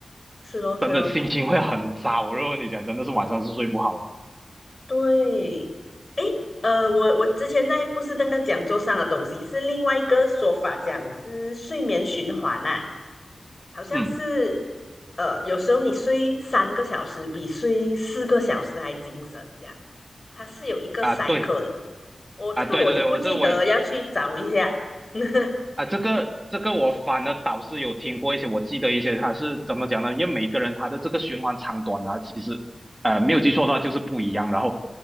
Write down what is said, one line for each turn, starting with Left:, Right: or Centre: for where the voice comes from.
Left: 是咯，是咯，
Right: 真的心情会很糟。我就跟你讲，真的是晚上是睡不好的。
Left: 对。呃，我我之前在不是那个讲座上的东西，是另外一个说法，讲是睡眠循环啊，好像是
Right: 嗯
Left: 呃，有时候你睡三个小时比睡四个小时还精神，这样它是有一个
Right: 啊，
Left: cycle
Right: 对
Left: 的。我、这个我就不记得，
Right: 啊，对对对，我这我
Left: 要去找一下。<laughs>
Right: 啊，这个这个我反而倒是有听过一些，我记得一些他是怎么讲呢？因为每个人他的这个循环长短啊，其实呃没有记错的话就是不一样。然后